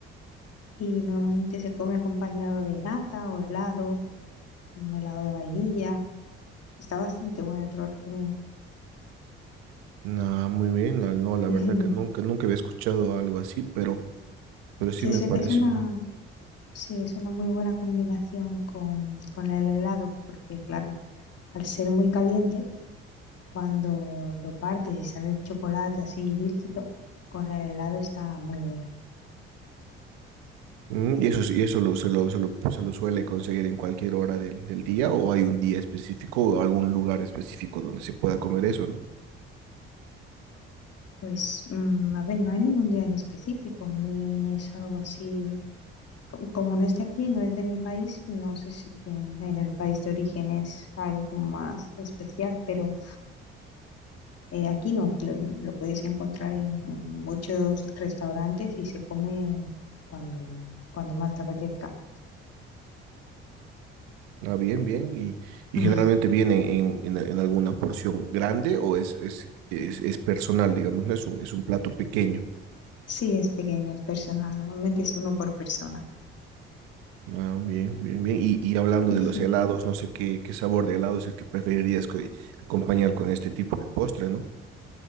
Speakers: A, on the left; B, on the right.
A: Y normalmente se come acompañado de nata o helado, un helado de vainilla. Está bastante bueno, te lo recomiendo.
B: No, muy bien, la, no, la
A: <laughs>
B: verdad que nunca, nunca había escuchado algo así, pero, pero sí
A: Sí,
B: me
A: es, un-
B: parece
A: es una,
B: una...
A: Sí, es una muy buena combinación con, con el helado, porque claro, al ser muy caliente, cuando lo partes y sale el chocolate así líquido, con el helado está muy bueno.
B: Mm, ¿Y eso, sí- y eso lo, se lo, se lo, se lo suele conseguir en cualquier hora del, del día o hay un día específico o algún lugar específico donde se pueda comer eso, ¿no?
A: Pues, mm, a ver, no hay ningún día en específico, ni es algo así. co- Como no es de aquí, no es de mi país, no sé si en, en el país de origen es algo como más especial, pero Eh, aquí no, lo, lo puedes encontrar en, en muchos restaurantes y se come cuando, cuando más te apetezca.
B: Ah, bien, bien. ¿Y, y
A: <laughs>
B: generalmente viene en, en, en alguna porción grande o es, es, es, es personal, digamos, ¿no? Es un, es un plato pequeño.
A: Sí, es pequeño, es personal. Normalmente es uno por persona.
B: Ah, bien, bien, bien. Y, y hablando
A: <laughs>
B: de los helados, no sé qué, qué sabor de helado es el que preferirías co- acompañar con este tipo de postre, ¿no?